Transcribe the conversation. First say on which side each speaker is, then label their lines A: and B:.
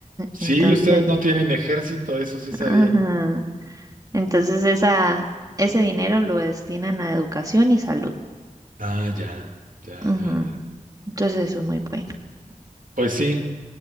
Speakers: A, on the right; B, on the right.
A: Sí,
B: entonces,
A: ustedes no tienen ejército, eso sí sabía.
B: ajá. Entonces esa, ese dinero lo destinan a educación y salud.
A: Ah, ya, ya,
B: Ujú.
A: ya, ya.
B: Entonces eso es muy bueno.
A: Pues sí,